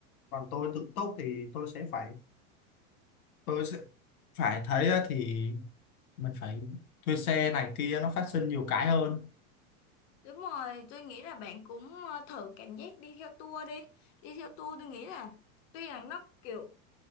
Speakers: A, on the left (about 85°); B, on the left (about 50°).
A: còn tôi tự túc thì tôi sẽ phải tôi sẽ phải thấy á, thì mình phải thuê xe này kia nó phát sinh nhiều cái hơn
B: đúng rồi tôi nghĩ là bạn cũng ờ, thử cảm giác đi theo tour đi đi theo tour tôi nghĩ là tuy là nó kiểu